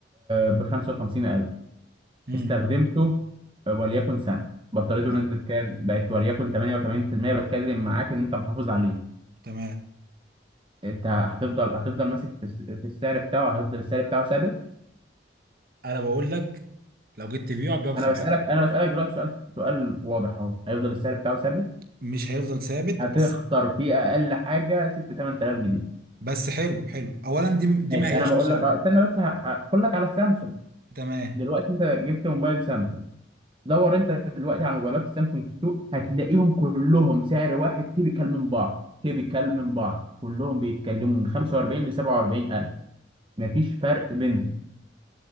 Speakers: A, on the right; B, on the right.
A: ب 55000
B: امم
A: استخدمته آه، وليكن سنة بطاريته
B: اه
A: نزلت كام بقت وليكن 88% بتكلم معاك ان انت محافظ عليه
B: تمام
A: انت هتفضل هتفضل ماسك في الس- في السعر بتاعه هيفضل السعر بتاعه ثابت
B: انا بقول لك لو جيت تبيعه هتبيعه ب
A: انا
B: 50
A: بسالك انا بسالك دلوقتي سؤال سؤال واضح اهو هيفضل السعر بتاعه ثابت
B: مش هيفضل ثابت
A: هتخسر
B: بس
A: فيه اقل حاجه 6 8000 جنيه
B: بس حلو حلو اولا دي دي
A: ماشي
B: ما هياش
A: انا بقول
B: خساره
A: لك أه، استنى بس ه- هقول لك على السامسونج
B: تمام
A: دلوقتي انت جبت موبايل سامسونج دور انت دلوقتي على موبايلات السامسونج في السوق هتلاقيهم كلهم سعر واحد تيبيكال من بعض تيبيكال من بعض كلهم بيتكلموا من 45 ل 47 الف مفيش فرق بينهم